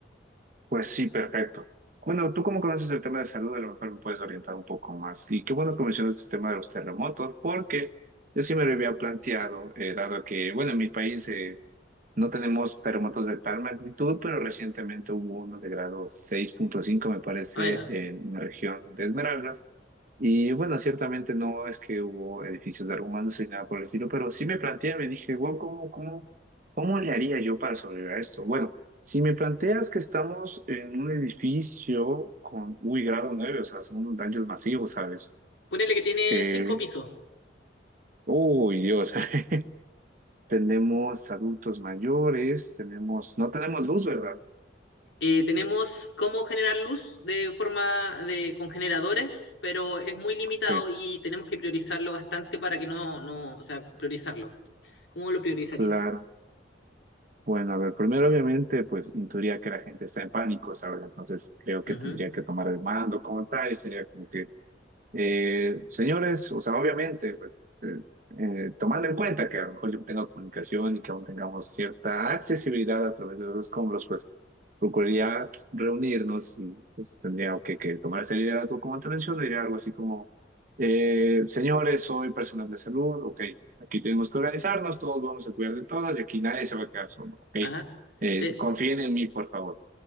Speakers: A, on the right; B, on the left.
A: Pues sí, perfecto. Bueno, tú como conoces el tema de salud, a lo mejor me puedes orientar un poco más. Y qué bueno que mencionas el tema de los terremotos, porque yo sí me lo había planteado, eh, dado que, bueno, en mi país, eh, No tenemos terremotos de tal magnitud, pero recientemente hubo uno de grado seis punto cinco, me parece,
B: Ah, ya.
A: en una región de Esmeraldas. Y bueno, ciertamente no es que hubo edificios derrumbándose ni nada por el estilo, pero sí me planteé, me dije, wow, ¿cómo, cómo, cómo le haría yo para sobrevivir a esto? Bueno, si me planteas que estamos en un edificio con, uy, grado 9, o sea, son daños masivos, ¿sabes?
B: Ponele que tiene
A: Eh,
B: cinco pisos.
A: uy, Dios. <laughs> Tenemos adultos mayores, tenemos, no tenemos luz, ¿verdad?
B: Eh, tenemos cómo generar luz de forma de con generadores, pero es muy limitado
A: Ok,
B: y tenemos que priorizarlo bastante para que no, no, o sea, priorizarlo. ¿Cómo lo priorizarías?
A: claro. Bueno, a ver, primero obviamente, pues intuiría que la gente está en pánico, ¿sabes? Entonces creo que
B: Ujú.
A: tendría que tomar el mando como tal y sería como que, eh, señores, o sea, obviamente, pues eh, eh, tomando en cuenta que a lo mejor yo tengo comunicación y que aún tengamos cierta accesibilidad a través de los escombros, pues procuraría reunirnos y pues, tendría que, que tomar ese liderazgo como te menciono, diría algo así como, eh, señores, soy personal de salud, ok, aquí tenemos que organizarnos, todos vamos a cuidar de todas y aquí nadie se va a quedar solo, ok,
B: Ajá.
A: eh,
B: Te-
A: confíen en mí, por favor.